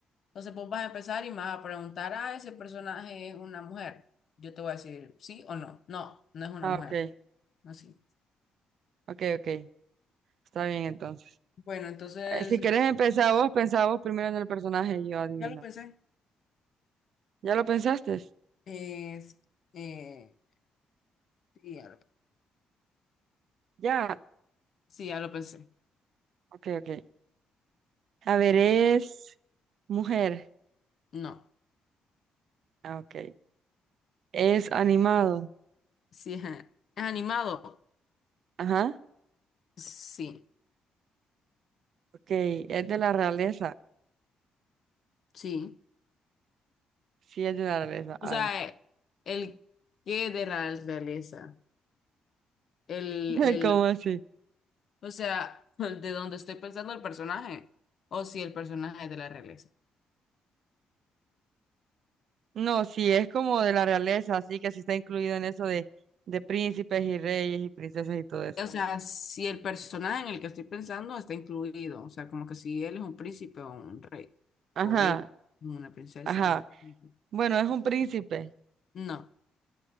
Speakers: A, on the left; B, on the right.
A: Entonces vos vas a empezar y me vas a preguntar, ah, ese personaje es una mujer. Yo te voy a decir sí o no. No, no es una
B: Ah,
A: mujer.
B: ok,
A: Así.
B: ok, ok. Está bien entonces.
A: Bueno, entonces,
B: Eh, si querés empezar vos, pensá vos primero en el personaje y yo adivino.
A: ya lo pensé.
B: ¿Ya lo pensaste?
A: Es, eh, sí, ya lo,
B: Ya.
A: sí, ya lo pensé.
B: Ok, ok. A ver, es mujer.
A: No.
B: Ah, ok. Es animado.
A: Sí, es, es animado.
B: Ajá.
A: Sí,
B: Ok. Es de la realeza.
A: sí.
B: Sí, es de la realeza.
A: O
B: Ay.
A: sea, eh, el qué de la realeza. El,
B: <laughs>
A: el,
B: ¿Cómo así?
A: o sea, <laughs> de donde estoy pensando el personaje. O si el personaje es de la realeza.
B: No, sí, es como de la realeza, así que sí está incluido en eso de, de príncipes y reyes y princesas y todo eso.
A: O sea, si el personaje en el que estoy pensando está incluido, o sea, como que si él es un príncipe o un rey,
B: Ajá.
A: o ella es una princesa
B: Ajá.
A: o un...
B: Bueno, es un príncipe.
A: No, no,